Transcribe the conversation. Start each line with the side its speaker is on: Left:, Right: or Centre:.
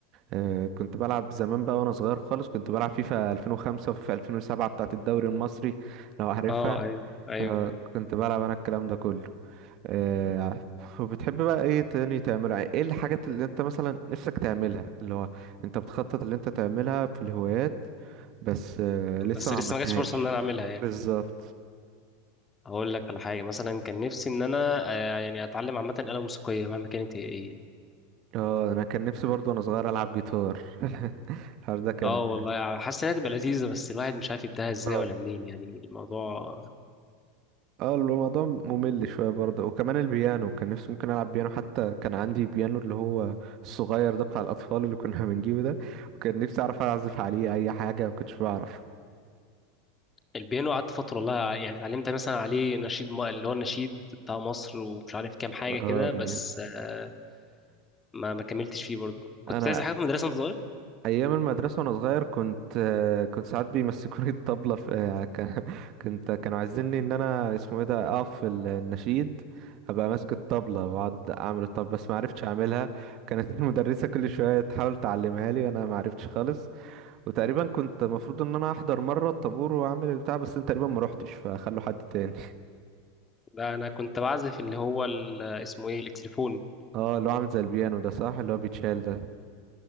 Right: آه كنت بلعب زمان بقى وانا صغير خالص كنت بلعب فيفا 2005 وفيفا 2007 بتاعت الدوري المصري لو عارفها
Left: اه ايوه ايوه
Right: آه
Left: ايوه
Right: كنت بلعب انا الكلام ده كله آه، وبتحب بقى ايه تاني تعملها ايه الحاجات اللي انت مثلا نفسك تعملها اللي هو انت بتخطط اللي انت تعملها في الهوايات بس آه، لسه
Left: بس
Right: ما
Left: لسه
Right: عملتهاش
Left: ما جاتش فرصه ان انا اعملها يعني
Right: بالظبط
Left: هقول لك على حاجه مثلا كان نفسي ان انا آه، يعني اتعلم عامه آلة موسيقيه مهما كانت هي ايه يعني.
Right: اه انا كان نفسي برضو وانا صغير العب جيتار <laughs> الحوار ده كان
Left: اه والله آه، حاسس انها تبقى لذيذه بس الواحد مش عارف يبداها ازاي
Right: اه
Left: ولا منين يعني الموضوع
Right: اه الموضوع ممل شويه برضه وكمان البيانو كان نفسي ممكن العب بيانو حتى كان عندي بيانو اللي هو الصغير ده بتاع الاطفال اللي كنا <laughs> بنجيبه ده وكان نفسي اعرف اعزف عليه اي حاجه ما كنتش بعرف
Left: البيانو قعدت فتره والله آه، يعني اتعلمت مثلا عليه نشيد م- اللي هو النشيد بتاع مصر ومش عارف كام حاجه
Right: اه
Left: كده بس
Right: ده جميل.
Left: آه، ما ما كملتش فيه برضه كنت
Right: انا
Left: بتعزف حاجه في المدرسه وانت صغير
Right: ايام المدرسه وانا صغير كنت آه، كنت ساعات بيمسكوني الطبله في آه، كان- <laughs> كنت كانوا عايزيني ان انا اسمه ايه ده اقف في ال- النشيد ابقى ماسك الطبله واقعد اعمل الطبله بس ما عرفتش اعملها كانت <laughs> المدرسه كل شويه تحاول تعلمها لي وانا ما عرفتش خالص وتقريبا كنت المفروض ان انا احضر مره الطابور واعمل البتاع بس انا تقريبا ما روحتش فخلوا حد تاني
Left: لا انا كنت بعزف اللي هو ال- اسمه ايه التليفون
Right: اه اللي هو عامل زي البيانو ده صح اللي هو بيتشال ده